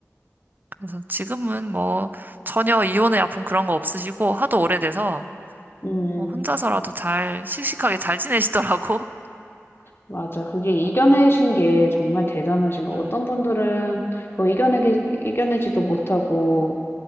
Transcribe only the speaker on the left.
음, 음, 음.
맞아. 그게 이겨내신
게 정말 대단하신 거.
어떤 분들은 그거 이겨내기, 이겨내지도 못하고,